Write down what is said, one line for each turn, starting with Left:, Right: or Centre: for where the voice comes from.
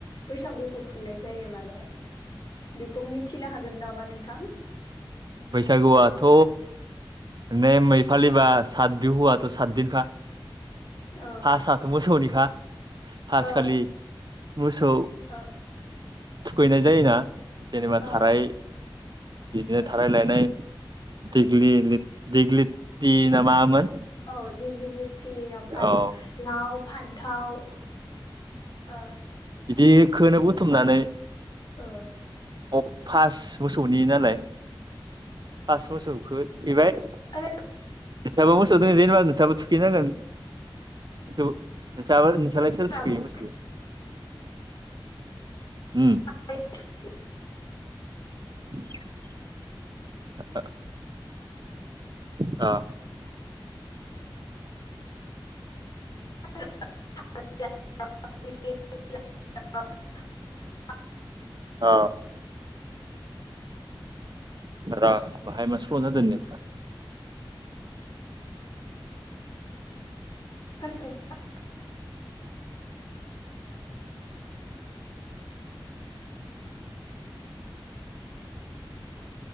Left: बैसागुखौ खुंनाय जायो माने। बेखौ मिथिनो हागोन नामा नोंथां?
Right: बैसागुआथ' नै मै फालिबा सात बिहुआाथ' सातदिनखा।
Left: औ
Right: फासाथ' मोसौनिखा। फास
Left: औ
Right: खालि मोसौ
Left: ओ
Right: थुखैनाय जायोना? जेनेबा
Left: ओ
Right: थाराय <unintelligible>
Left: ओ
Right: थारायलायनाय
Left: ओं
Right: दिग्लि लिट दिग्लि थ ना मामोन?
Left: औ दिग्लिटि ओफाय
Right: औ
Left: लाव फान्थाव ओ
Right: इदिखोनो
Left: ओमफ्राय
Right: बुथुमनानै
Left: ओ
Right: अ' फास बोसौनि नालाय फास बोसोरखो फैबाय नोंसाबो
Left: आरो
Right: मोसौ दो जेनेबा नोंसाबो थुखैनांगोन। थेव नोंसा नोंसोरलाय
Left: जोंना
Right: सोर थुखैयो मोसौखौलाय? उम
Left: <unintelligible>
Right: <inaudible> <unintelligible> आ
Left: <unintelligible>
Right: ओ रन बाहाय मा सल' जादों नेटा
Left: <unintelligible>